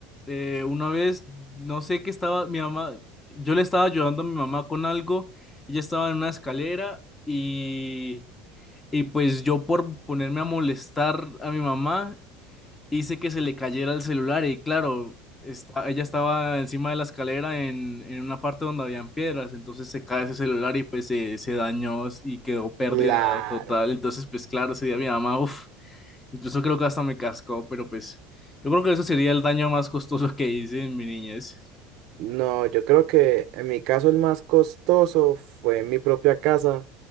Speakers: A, on the left (about 20°); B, on the right (about 65°).
A: Eh, una vez, no sé qué estaba, mi mamá, yo le estaba ayudando a mi mamá con algo, ella estaba en una escalera y, y pues yo por ponerme a molestar a mi mamá, hice que se le cayera el celular y claro, esta- ella estaba encima de la escalera en, en una parte donde habían piedras, entonces se cae ese celular y pues se, se dañó y quedó pérdida
B: Claro.
A: total, entonces pues claro, ese día mi mamá, uff. Incluso creo que hasta me cascó, pero pues yo creo que eso sería el daño más costoso que hice en mi niñez.
B: No, yo creo que en mi caso el más costoso fue en mi propia casa,